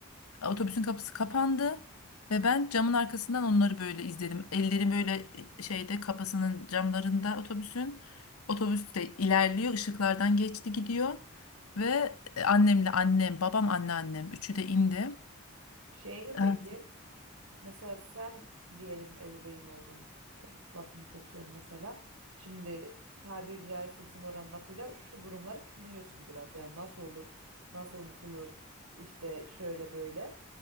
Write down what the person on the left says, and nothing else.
Otobüsün kapısı kapandı ve ben camın arkasından onları böyle izledim. Ellerim böyle e, şeyde kapısının camlarında otobüsün. Otobüs de ilerliyor, ışıklardan geçti gidiyor ve e, annemle annem, babam anneannem üçü de indi.
Evet.